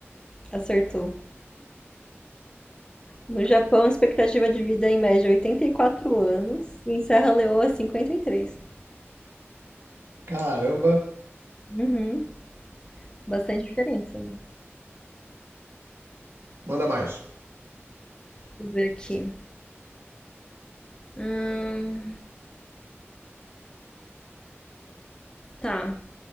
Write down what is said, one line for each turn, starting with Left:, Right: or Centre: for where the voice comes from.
Left: Acertou. No Japão, a expectativa de vida é em média é 84 anos e em Serra Leoa 53.
Right: Caramba.
Left: Uhum. Bastante diferença, né?
Right: Manda mais.
Left: Deixa eu ver aqui. Hum, tá.